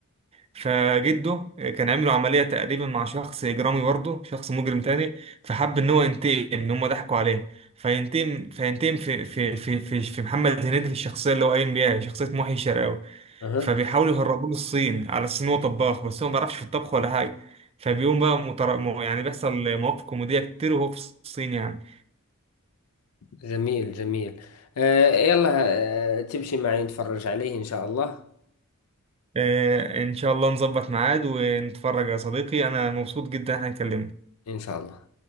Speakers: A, on the right (about 25°); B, on the left (about 80°).
A: فجده كان عامله عملية تقريبا مع شخص إجرامي برضه شخص مجرم تاني فحب إن هو ينتقم إن هما ضحكوا عليه فينتقم فينتقم في في في في, في محمد هنيدي في الشخصية اللي هو قايم بيها شخصية محي الشرقاوي
B: أها
A: فبيحاولوا يهربوه للصين على أساس إن هو طباخ بس هو ما بيعرفش في الطبخ ولا حاجة فبيقوم بقى متر... م- يعني بيحصل مواقف كوميدية كتير وهو في الصين يعني
B: جميل جميل آه يلا آه تمشي معي نتفرج عليه إن شاء الله
A: آه إن شاء الله نظبط ميعاد ونتفرج يا صديقي أنا مبسوط جدا إن إحنا اتكلمنا
B: إن شاء الله